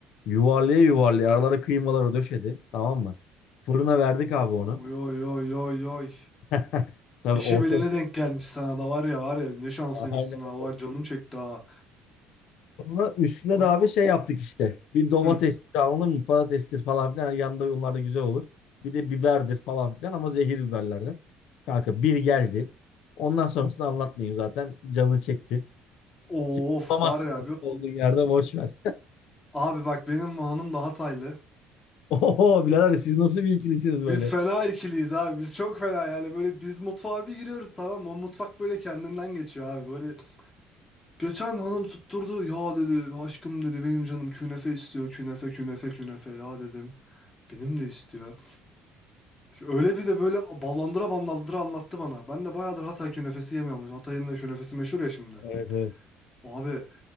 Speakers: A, on the left (about 70°); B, on the left (about 20°).
A: Yuvarlaya yuvarlaya aralara kıymaları döşedi. Tamam mı? Fırına verdik abi onu.
B: Oy oy oy oy oy.
A: <laughs> Tabii
B: İşi
A: ortası.
B: bilene denk gelmiş sana da var ya var ya ne şanslıymışsın
A: Aynen
B: ha
A: öyle.
B: var canım çekti ha.
A: Sonra üstüne
B: Abi-
A: de abi şey yaptık işte. Bir domatestir
B: Hı.
A: anladın mı? Patatestir falan filan. Yanında onlar da güzel olur. Bir de biberdir falan filan ama zehir biberlerden. Kanka bir geldi. Ondan sonrasını anlatmayayım zaten. Canı çekti.
B: Of
A: Şimdi bulamazsın
B: var ya
A: nasıl
B: bir
A: olduğun
B: ol-
A: yerde boş ver.
B: Abi bak benim hanım da Hataylı.
A: <laughs> Oho birader siz nasıl bir ikilisiniz
B: Biz
A: böyle?
B: fena ikiliyiz abi. Biz çok fena yani böyle biz mutfağa bir giriyoruz tamam mı? O mutfak böyle kendinden geçiyor abi. Böyle geçen hanım tutturdu. Ya dedi aşkım dedi benim canım künefe istiyor. Künefe künefe künefe ya dedim. Benim de istiyor. Öyle bir de böyle ballandıra ballandıra anlattı bana. Ben de bayağıdır Hatay künefesi yemiyormuş. Hatay'ın da künefesi meşhur ya şimdi.
A: Evet evet.
B: Abi